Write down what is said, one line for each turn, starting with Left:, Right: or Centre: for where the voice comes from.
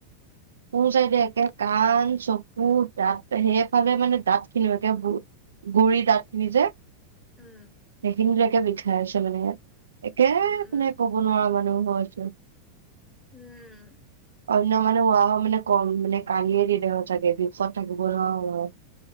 Right: সোঁ চাইদে একে কাণ, চকু, দাঁত সেইফালে মানে দাঁতখিনিয়ো একে গুৰি দাঁত খিনি যে
Centre: উম
Right: সেইখিনি কে, বিষাই আছে মানে একে
Centre: উম উম
Right: মানে ক'ব নোৱাৰা মানুহ হৈছে।
Centre: উম।
Right: অন্য মানুহ হোৱা হ মানে কম মানে কান্দিয়ে দিলে হয়, চাগে বিষত থাকিব নোৱাৰা হ'ল হয়।